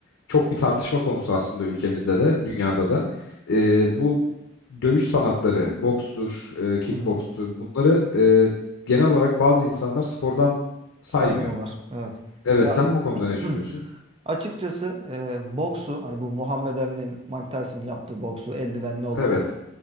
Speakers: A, on the left; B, on the right.
A: çok bir tartışma konusu aslında ülkemizde de, dünyada da. E, bu dövüş sanatları, bokstur, e, kickbokstur
B: Hı hı.
A: bunları e, genel olarak bazı insanlar spordan saymıyor.
B: Saymıyorlar. Evet.
A: Evet,
B: Ya
A: sen
B: <clears throat>
A: bu konuda ne düşünüyorsun?
B: hı. Açıkçası e, boksu hani bu Muhammed Ali'nin Mike Tyson'ın yaptığı boksu eldivenli olanı
A: Evet.